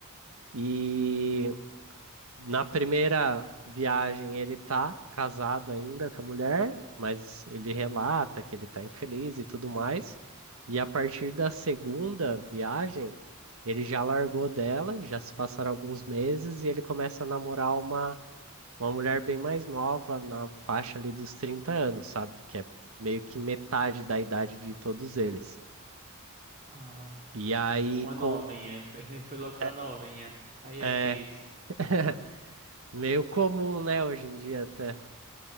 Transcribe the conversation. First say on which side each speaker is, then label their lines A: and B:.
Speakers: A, on the right (about 70°); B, on the right (about 40°).
A: E na primeira viagem, ele tá casado ainda com a mulher, mas ele relata que ele tá infeliz e tudo mais. E a partir da segunda viagem, ele já largou dela, já se passaram alguns meses e ele começa a namorar uma, uma mulher bem mais nova, na faixa ali dos 30 anos, sabe? Que é meio que metade da idade de todos eles.
B: ah,
A: E aí,
B: uma novinha.
A: com...
B: Ele <laughs> foi logo pra
A: é
B: novinha. Aí é
A: é
B: piso.
A: <laughs> meio comum, né, hoje em dia até.